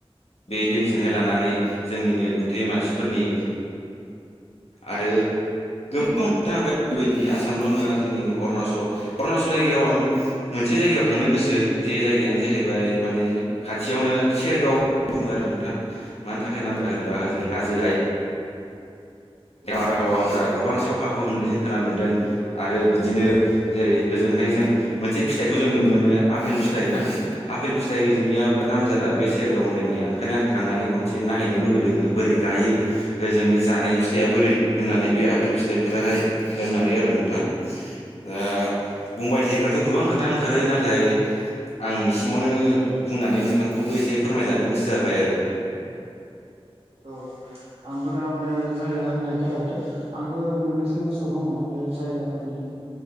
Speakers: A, on the left; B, on the right.
A: बे दैजोंहाय लानानै जोंनिनो गुथै मानसिफोरनि आरो <unintelligible> आसामल' नङा जोंनिनो अरुणाचल अरुणाचल जायगायाव आं मोनसे जायगायाव थांनो गोसो जे जायगायानो जाहैबाय माने खाथियावनो सेरगाव बुङो आरो नोंथां। मानि थाखाय नामदा होनोबा हजों हाजो हाय बारहावाफोरा गोबां साफाखौ होननो जों खोनानो मोनदों आरो बिदिनो जेरै होजोंहाय जों मोनसे फिथाइखौ जों नुनो मोनो आफपेल फिथाइ ना? आफेल फिथाइ होजोंनिया बिराद नाम जादा बे सेरगाव होननायनिया ओंखायनो आं थांनानै खनसे नायैनो लुुबैदों बोरै गायो जोंनि जानाय फिथाइआ बोरै होननानै बे आपेल फिथाइ फोराहाय होननानै आरो नोंथां। दा बुंबाय थायोब्लाथ' गोबां खो था ओंखारो नाथाय आं एसिमावनो बुंनानै नोंथांखौबो एसे फोरमायजानो गोसो जाबाय आरो।
B: औ आंबो दा माने जाया होननायखाय आंबो मोननैसो गोसोआव दङ बे जायगाफोरनि